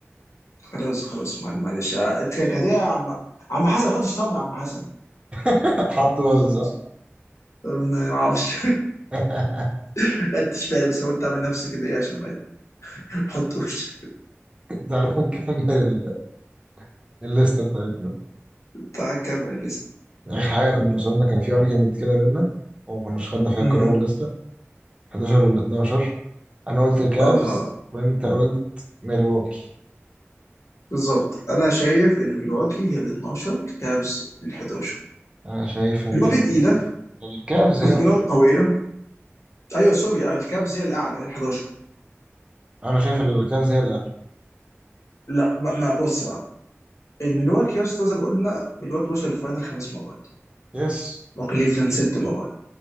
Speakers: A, on the left; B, on the right.
A: خلاص خلاص مع- معلش كده يا عم عم حسن ما تحطش طم يا عم حسن
B: <laughs> حط برضه
A: خلاص خلاص
B: صح
A: ما ما اعرفش
B: <laughs>
A: <laughs> خدتش بالي بس انا قلت اعمل نفسي كده ايه عشان ما تحطوش
B: تعالوا <laughs> نكمل ال- الليستة بتاعتنا
A: <laughs> تعال كمل لسه
B: آخر حاجة كنا وصلنا كان في أرجيومنت كده بينا وما كناش خدنا فيها
A: امم
B: قرار لسه 11 وال 12 أنا قلت الكافز
A: اها
B: وأنت قلت ميلواكي
A: بالظبط انا شايف ان ملواكي هي ال 12 كابز ال 11
B: أنا شايف إن
A: ملواكي تقيله
B: الكافز هي الحضارة
A: ملواكي قويه ايوه سوري اه الكابز هي الاعلى هي ال 11
B: أنا شايف الكافز هي الأقل
A: لا ما, ما بص بقى الملواكي يا اسطى زي ما قلنا ملواكي وصل الفاينل خمس مرات
B: يس
A: وكليفلاند ست مرات